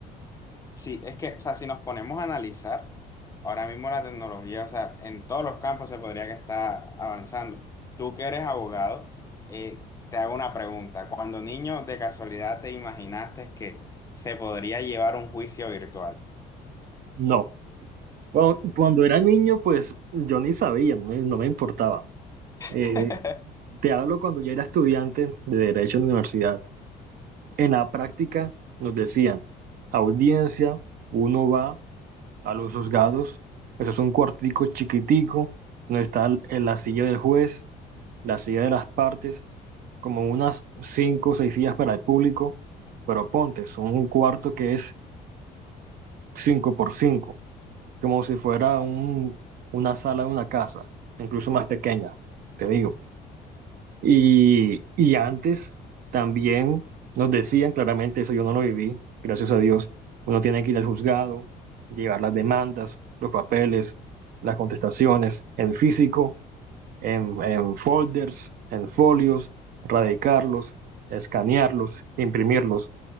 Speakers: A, on the left; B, on the right.
A: Sí, es que, o sea, si nos ponemos a analizar, ahora mismo la tecnología, o sea, en todos los campos se podría que está avanzando. Tú que eres abogado, eh, te hago una pregunta. Cuando niño, de casualidad, te imaginaste que se podría llevar un juicio virtual?
B: No. Cuando, cuando era niño, pues yo ni sabía, no me, no me importaba. Eh,
A: <laughs>
B: te hablo cuando ya era estudiante de Derecho en la universidad. En la práctica nos decían, audiencia, uno va a los juzgados, eso es un cuartico chiquitico, donde está el- la silla del juez, la silla de las partes como unas cinco o seis sillas para el público, pero ponte, son un cuarto que es cinco por cinco, como si fuera un, una sala de una casa, incluso más pequeña, te digo. Y, y antes también nos decían claramente, eso yo no lo viví, gracias a Dios, uno tiene que ir al juzgado, llevar las demandas, los papeles, las contestaciones en físico en, en folders, en folios, radicarlos, escanearlos, imprimirlos.